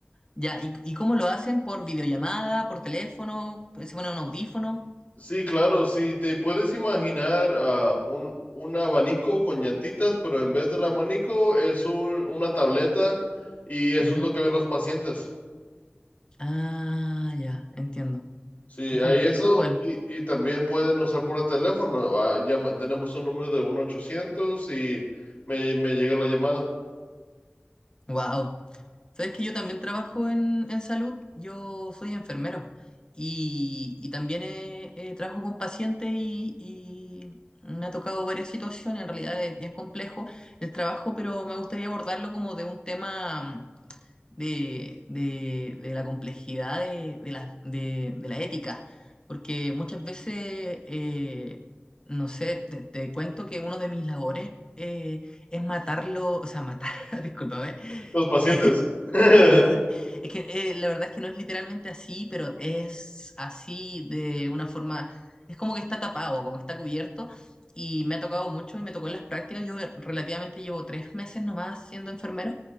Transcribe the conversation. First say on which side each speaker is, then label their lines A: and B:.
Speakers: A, on the left; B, on the left.
A: ya, ¿y, y cómo lo hacen? ¿Por videollamada, por teléfono? ¿Pues, ¿Se pone un audífono?
B: Sí, claro, Si te puedes imaginar ah, un, un abanico con llantitas, pero en vez del abanico es un- una tableta y eso
A: Ujú.
B: es lo que ven los pacientes.
A: Ah, ya, entiendo.
B: Sí,
A: Qué
B: hay
A: complejo
B: eso
A: igual.
B: y, y también pueden usar por el teléfono. Ah, llama- tenemos un número de uno ochocientos y me, me llega la llamada.
A: Wow. Sabes que yo también trabajo en, en salud, yo soy enfermero y, y también eh, eh, trabajo con pacientes y, y me ha tocado varias situaciones, en realidad es bien complejo el trabajo, pero me gustaría abordarlo como de un tema mm, de, de- de la complejidad de, de la, de, de la ética, porque muchas veces, eh, no sé, te, te cuento que uno de mis labores eh, es matarlo, o sea, matar, <laughs> discúlpame.
B: Los pacientes.
A: <laughs>
B: <laughs>
A: La verdad, es que, eh, la verdad es que no es literalmente así, pero es así de una forma, es como que está tapado, como que está cubierto, y me ha tocado mucho y me tocó en las prácticas, yo eh, relativamente llevo tres meses nomás siendo enfermero,